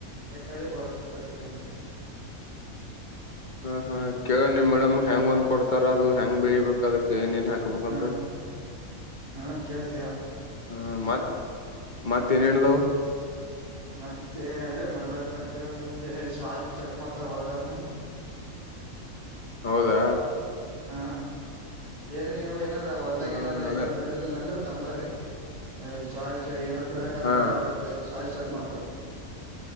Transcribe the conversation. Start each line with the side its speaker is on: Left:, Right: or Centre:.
Right: ಎ
Left: ಹ ಹಾ ಕೇಳ ನೀವ್ ಮೇಡಮ್ ಹ ಹೆಂಗ ಒಂದ್ ಕೊಡ್ತಾರ ಅದು ಹ ಹೆಂಗ ಬೆಳಿಬೇಕು ಅದಕ್ ಏನೇನ್ ಹಾಕ್ಬೇಕಂತ
Right: ಹಾ ಹಾ ಕೇಳ್ತೀಯಾ
Left: ಹ್ಮ ಮತ್ ಮತ್ತೇನೇಣ್ದವು <unintelligible>
Right: ಮತ್ತೆ ಅದೇ ಮಲ್ಬಾರಿ ಪ್ಯಾಂಟ್ ಮತ್ತೆ ಶಾಲ್ ಚೆಕ್ ಮಾಡ್ತಾರ ಒಲ್ಲನುೂ
Left: ಹೌದಾ
Right: ಹಾ ಏನ ನೀವು ಏನಾರ ಹೊರ್ದಾಗ
Left: ಹ್ಮ್
Right: ಏನಾರ
Left: ಅದೇ
Right: ಏನಾರ ಬೆಳಿಲ್ಲ ಅಂದ್ರ ತಂಬರ್ರಿ ಇಲ್ಲಿ ಶಾಲ್ ಚಾ ಏನ ಬೆಳಕಂದ
Left: ಹಾ
Right: ಗೊತ್ತಾಗುತ್ತೆ ಇಲ್ಲಿ ಶಾಲ್ ಚಾಕ್ ಮಾಡ್ತ ಹ